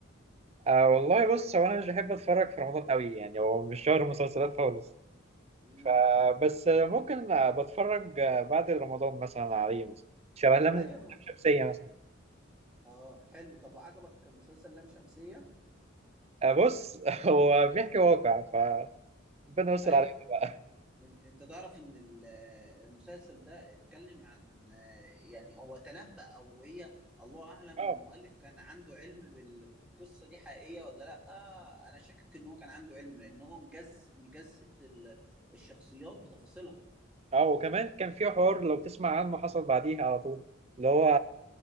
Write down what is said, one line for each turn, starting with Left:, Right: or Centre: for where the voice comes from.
Right: أه والله بص هو انا مش بحب اتفرج في رمضان قوي يعني هو مش شهر مسلسلات خالص
Centre: امم
Right: فبس ممكن آه، بتفرج آه، بعد رمضان مثلا عليه مثلا شبه لم
Centre: ايوه
Right: لم
Centre: ما-
Right: شمسية مثلا
Centre: اه حلو طب عجبك مسلسل لام شمسيه
Right: أه بص <laughs> هو بيحكي واقع فربنا يستر
Centre: ايوه
Right: علينا بقى
Centre: ان- انت تعرف ان ال- المسلسل ده اتكلم عن آه، يعني هو تنبأ او هي الله اعلم
Right: <laughs> اه
Centre: المؤلف كان عنده علم بال- بالقصه دي حقيقيه ولا لا آه، انا شاكك ان هو كان عنده علم لان هو مجز مجسد ال- الشخصيات بتفاصيلها
Right: اه وكمان كان في حوار لو تسمع عنه حصل بعديها على طول اللي هو